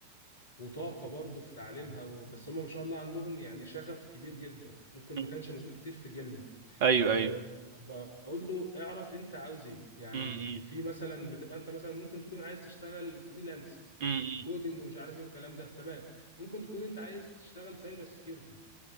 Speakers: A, on the left (about 70°); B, on the right (about 50°).
A: وطاقه برضو في تعليمها و... بس هم ما شاء الله عندهم يعني شغف كبير جدا ممكن
B: مم.
A: ما كانش موجود كتير في جيلنا
B: ايوه
A: آه،
B: ايوه
A: بقول له اعرف انت عاوز ايه يعني
B: مم، مم،
A: في مثلا بتبقى انت مثلا ممكن تكون عايز تشتغل فريلانس
B: مم،
A: كودينج ومش عارف ايه والكلام ده تمام ممكن تكون انت عايز تشتغل سايبر سيكيورتي